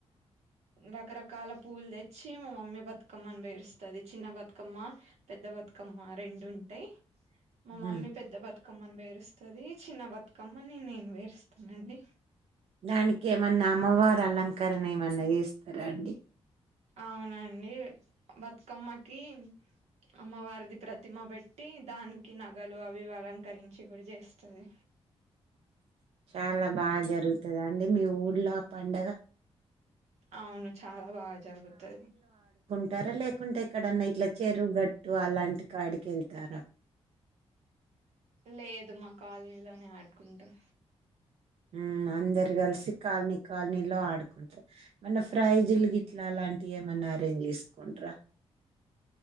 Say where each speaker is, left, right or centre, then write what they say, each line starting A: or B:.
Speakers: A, on the right; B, on the right.
A: రకరకాల పూలు తెచ్చి మా మమ్మీ బతుకమ్మని పేరుస్తుది చిన్న బతుకమ్మ పెద్ద బతుకమ్మ రెండు ఉంటాయి మా మమ్మీ
B: ఉమ్
A: పెద్ద బతుక కమ్మని పేరుస్తుంది చిన్న బతుకమ్మని నేను పేరుస్తానండి
B: దానికిేమన్నా అమ్మవారు అలంకరణ ఏమన్నా చేస్తారా అండి
A: అవునండి బతుకమ్మకి అమ్మవారిది ప్రతిమ పెట్టి దానికి నగలు అవి అలంకరించి కూడా చేస్తది
B: చాలా బాగా జరుగుతుందా అండి మీ ఊర్లో ఆ పండగ
A: అవును చాలా బాగా జరుగుతది
B: ఉంటారా లేకుంటే ఎక్కడన్నా ఇట్లా చెరువు గట్టు అలాంటి కాడికి వెళ్తారా
A: లేదు మా కాలనీలోనే ఆడుకుంటాం
B: ఉమ్ అందరు కలిసి కాలనీ కాలనీలో ఆడుకుంటార్ మన ఫ్రై జిలు గిట్లా అలాం టి ఏమన్నా అరేంజ్ చేసుకుంటరా